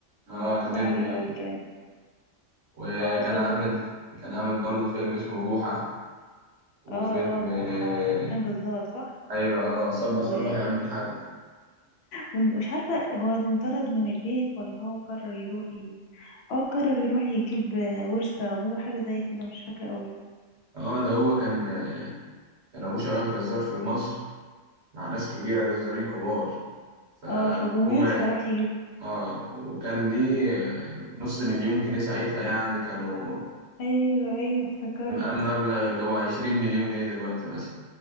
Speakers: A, on the right; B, on the left.
A: اه
B: مأثر
A: الليمبي
B: عليه قوي كان
A: وكان
B: اه فضل
A: عامل كان عامل برضه فيلم اسمه بوحة وفيلم
B: اه اه بوحة
A: آه،
B: لما كان جزار صح
A: ايوه اه صبح
B: و-
A: صبح يا عم الحاج
B: ومش عارفة هو انطرد من البيت ولا هو قرر يروح ي... اه قرر يروح يجيب ورث ابوه حاجة زي كده مش فاكرة قوي
A: اه ده هو كان آه، كان ابوه شغال جزار في مصر مع ناس كبيرة جزارين كبار فابوه
B: اه فابوه مات
A: مات
B: فراح يجيب
A: اه وكان ليه آه، نص مليون جنيه ساعتها يعني كانوا
B: ايوه ايوه افتكرت
A: اما مبلغ اللي هو عشرين مليون جنيه دلوقتي مثلا